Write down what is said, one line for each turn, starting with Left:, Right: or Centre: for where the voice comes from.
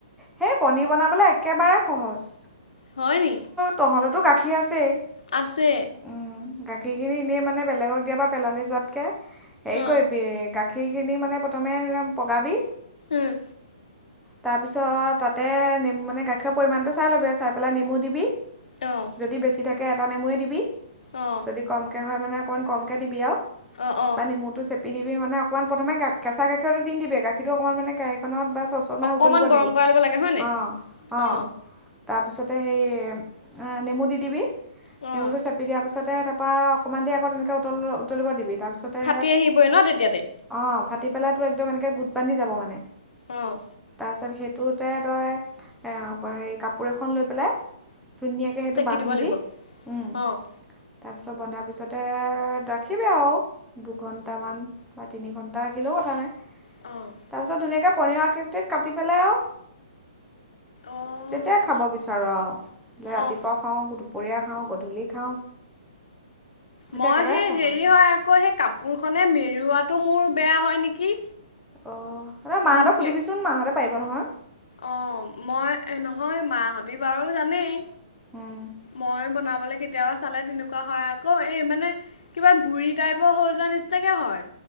Centre: সেই পনীৰ বনাবলে একেবাৰে সহজ।
Left: হয় নি?
Centre: তহঁততো তোৰ গাখীৰ আছেই।
Left: আছে।
Centre: উম, গাখীৰখিনি এনেই মানে বেলেগক দিয়া বা পেলনি যোৱাতকে এই
Left: অঁ
Centre: কৰিবি, গাখীৰ গাখীৰখিনি মানে প্ৰথমে পগাবি
Left: অঁ
Centre: তাৰপিছত তাতে নেম মানে গাখীৰৰ পৰিমাণটো চাই ল'বি আ চাই পেলাই নেমু দিবি
Left: অঁ
Centre: যদি বেছি থাকে এটা নেমুৱে দিবি,
Left: অঁ
Centre: যদি কমকে হয় মানে অকণমান কমকে দিবি আও
Left: অঁ
Centre: তাৰপৰা
Left: অঁ
Centre: নেমুটো চেপি দিবি মানে অকণ প্ৰথমে কেঁচা গাখীৰতে দি নিদিবি, গাখীৰটো অকণমান মানে <unintelligible> ছশমা
Left: অকণমান
Centre: উতলিব
Left: গৰম
Centre: দিবি,
Left: কৰাই ল'ব লাগে হয়নে
Centre: অঁ অঁ।
Left: অ',
Centre: তাৰপিছতে সেই নেমু দি দিবি
Left: অ'।
Centre: নেমুটো চেপি দিয়াৰ পিছতে তাৰপৰা অকণমান দেৰি আকৌ তেনেকে উতল উতলিব দিবি তাৰপিছতে
Left: ফাটি আহিবই ন তেতিয়াতে
Centre: অঁ ভাটি পেলাটো একদম এনেকে গোট বান্ধি যাব মানে
Left: অঁ
Centre: তাৰপিছত সেইটোতে তই এ হ কাপোৰ এখন লৈ পেলাই ধুনীয়াকৈ সেইটো
Left: চেকি
Centre: বান্ধিবি
Left: দিব লাগিব।
Centre: উম
Left: অ'।
Centre: তাৰপিছত বনাব তাৰপিছতে ৰাখিবি আও দুঘণ্টামান বা তিনি ঘণ্টা ৰাখিলেও কথা নাই
Left: অ',
Centre: তাৰ পিছত ধুনিয়াকে পনিয়ৰ আকৃতিত কাটি পেলাই আৰু
Left: অ',
Centre: যেতিয়াই খাব বিচাৰ আও নে ৰাতিপুৱা
Left: অ'।
Centre: খাওঁ দুপৰীয়া খাওঁ গধূলি খাওঁ সেইটো
Left: মই
Centre: একেবাৰে
Left: সেই
Centre: সহজ
Left: হেৰি হয় আকৌ সেই কাপোৰখনে মেৰুৱাত তটো মোৰ বেয়া হয় নেকি
Centre: অঁ এ মাহঁতক
Left: মোৰ সেই
Centre: সধিবি চোন মাহঁতে পাৰিব নহয়
Left: অ মই নহয় মা হতি বাৰু জানেই
Centre: অঁ
Left: মই বনাব লে কেতিয়াবা চালে তেনেকুৱা হয় আকৌ এই মানে কিবা গুৰি টাইপৰ হৈ যোৱা নিচিনাকে হয়